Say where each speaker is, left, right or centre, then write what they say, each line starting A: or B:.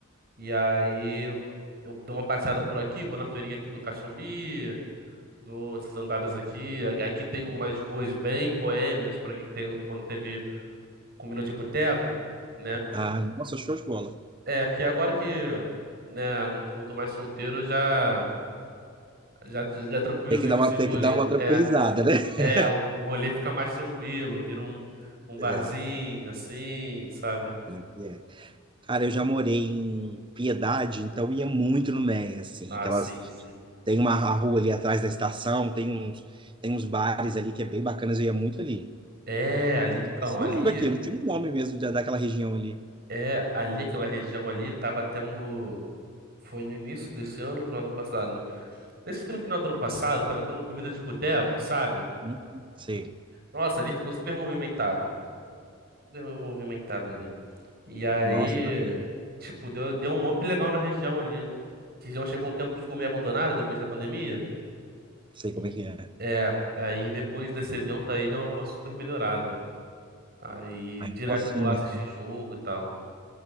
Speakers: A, on the right; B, on the right.
A: E aí eu, eu dou uma passeada por aqui, vou na feirinha aqui do Caxambi, dou essas andadas aqui. A- Aqui tem umas ruas bem boêmias, por aqui que tem quando teve comida de boteco, né?
B: Ah, nossa, show de bola.
A: É, porque agora que, né, não tô, não tô mais solteiro, eu já, já, já tranquilizei
B: Tem que dar
A: desses
B: uma, tem
A: rolê.
B: que dar uma tranquilizada,
A: É,
B: né? <laughs>
A: é, o, o rolê fica mais tranquilo, vira um, um barzinho,
B: É,
A: assim, sabe?
B: como é que é? Cara, eu já morei em Piedade, então ia muito no Meia, assim,
A: Ah,
B: que elas
A: sim, sim.
B: tem uma a rua ali atrás da estação, tem uns tem uns bares ali que é bem bacanas, eu ia muito ali.
A: É, ali então,
B: Esse
A: ali,
B: nome daqui, eu tinha um nome mesmo da- daquela região ali.
A: é, ali aquela região ali tava tendo. Foi no início desse ano, final do ano passado. Esse que no final do ano passado tava tendo comida de boteco, sabe?
B: Não sei.
A: Nossa, ali ficou super movimentado. Super movimentado ali. E aí,
B: Nossa, bacana.
A: tipo, deu, deu um up legal na região ali. A região chegou um tempo que ficou meio abandonada depois da pandemia.
B: Sei
A: E,
B: como é que é.
A: é, aí depois desse evento aí deu uma super melhorada. Aí
B: Aí
A: direto
B: é bom assim,
A: eu vou lá
B: né?
A: assistir jogo e tal.